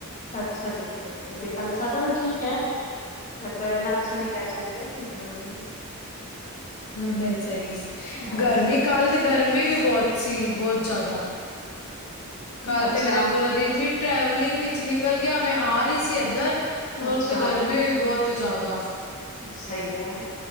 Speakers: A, on the left; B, on the left.
A: ਅੱਛਾ ਜੀ, ਅੱਛਾ ਜੀ, ਵਧੀਆ ਗੱਲ ਏ ਸਾਡਾ ਵੀ ਠੀਕ ਐ। ਬਟ ਇੰਨਾ ਅੱਛਾ ਨਹੀਂ ਕਹਿ ਸਕਦੇ, ਹੁੰ।
B: ਨਹੀਂ ਸਹੀ,
A: ਹਾਂਜੀ
B: ਗਰਮੀ ਕਲ ਤੇ ਗਰਮੀ ਵੀ ਬੋਤ ਸੀ, ਬੋਤ ਜਾਦਾ ਕੱਲ੍ਹ
A: ਅੱਛਾ
B: ਤੇ ਮੇਰਾ ਪੂਰਾ ਦਿਨ ਵੀ ਟਰੈਵਲਿੰਗ ਵਿੱਚ ਨਿਕਲ ਗਿਆ, ਮੈਂ ਆ ਰੀ ਸੀ ਇੱਧਰ। ਔਰ
A: ਅੱਛਾ
B: ਤੇ ਗਰਮੀ ਵੀ ਬੋਤ ਜਾਦਾ।
A: ਸਹੀ ਕਹਿਆ,